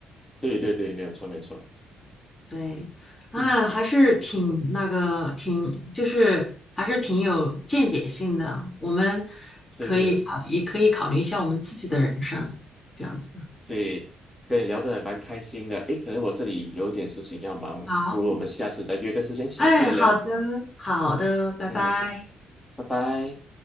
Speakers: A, in the centre; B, on the left.
A: 对对对，没有错没有错，
B: 对，啊，
A: 嗯，
B: 还是挺那个，挺就是还是挺有见解性的。我们
A: 对对，
B: 可以考，也可以考虑一下我们自己的人生，这样子。
A: 对，以跟你聊得还蛮开心的。诶，可能我这里有点事情要忙，
B: 好，
A: 不如我们下次再约个时间详细的聊。
B: 哎，好的，好的，拜拜。
A: 嗯，拜拜。